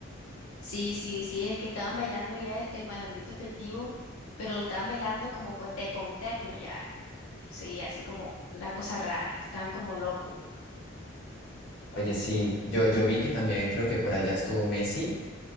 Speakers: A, on the left; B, on the left.
A: Sí, sí, sí, es que estaban bailando allá el, el Malambito festivo, pero lo estaban bailando como con, te- con tecno ya. Sí, así como una cosa rara, estaban como locos.
B: Oye, sí, yo, yo vi que también creo que por allá estuvo Messi,